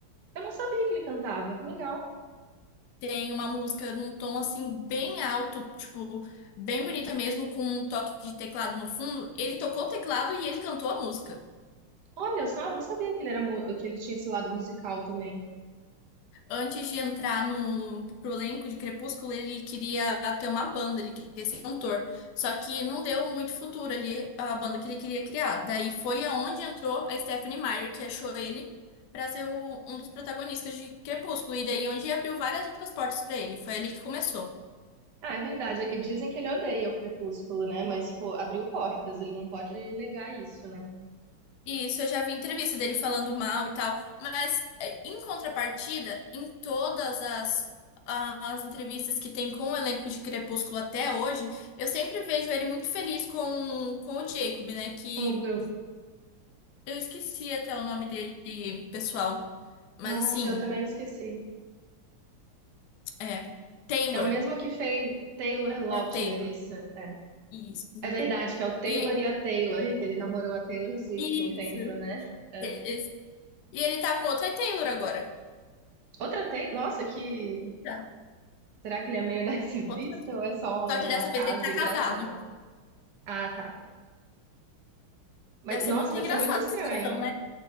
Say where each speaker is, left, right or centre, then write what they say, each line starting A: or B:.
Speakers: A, on the right; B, on the left.
A: Eu não sabia que ele cantava, que legal.
B: Tem uma música num tom assim bem alto, tipo, bem bonita mesmo, com um toque de teclado no fundo. Ele tocou o teclado e ele cantou a música.
A: Olha só, eu não sabia que ele era mu- que ele tinha esse lado musical também.
B: Antes de entrar no pro elenco de Crepúsculo, ele queria ter uma banda, ele queria ser cantor. Só que não deu muito futuro ali a banda que ele queria criar. Daí foi aonde entrou a Stephanie Meyer, que achou ele para ser o- um dos protagonistas de Crepúsculo. E daí onde abriu várias outras portas para ele. Foi ali que começou.
A: Ah, é verdade. E dizem que ele odeia o Crepúsculo, né? Mas fo- abriu portas, ele não pode negar isso, né?
B: Isso, eu já vi entrevista dele falando mal e tal, mas é, em contrapartida, em todas as, a- as entrevistas que tem com o elenco de Crepúsculo até hoje, eu sempre vejo ele muito feliz com, com o Jacob, né? Que
A: Um grupo.
B: eu esqueci até o nome dele pessoal, mas
A: Nossa,
B: assim,
A: eu também esqueci.
B: é Taylor,
A: É o mesmo que fez Taylor Lautner,
B: é o Taylor,
A: isso? É.
B: isso.
A: É verdade que é o Taylor
B: E,
A: e a Taylor, que ele namorou a Taylor Swift
B: isso.
A: um tempo, né? É.
B: E, e ele tá com outra Taylor agora.
A: Outra Taylor. Nossa, que.
B: Tá,
A: Será que ele é meio <laughs> narcisista
B: outra Taylor.
A: ou é só
B: Só que dessa
A: um acaso
B: vez ele tá
A: engraçado?
B: casado.
A: Ah, tá. Mas,
B: Deve ser
A: nossa,
B: muito
A: deve
B: engraçado
A: ser muito estranho.
B: a situação, né?